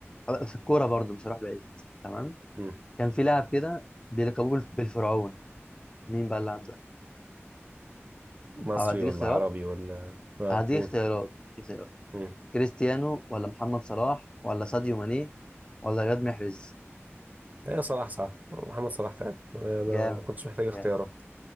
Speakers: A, on the left (about 20°); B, on the right (about 35°).
A: في الكورة برضو مش هروح بعيد تمام
B: مم.
A: كان في لاعب كده بيلقبوه بالف- بالفرعون مين بقى اللاعب ده
B: مصري
A: او هديك
B: ولا
A: اختيارات
B: عربي ولا اه
A: هديك
B: قول
A: اختيارات هديك اختيارات
B: مم.
A: كريستيانو ولا محمد صلاح ولا ساديو ماني ولا رياض محرز
B: ايه صلاح صح محمد صلاح فعلا انا أنا
A: جامد
B: ما كنتش محتاج اختيارات
A: جامد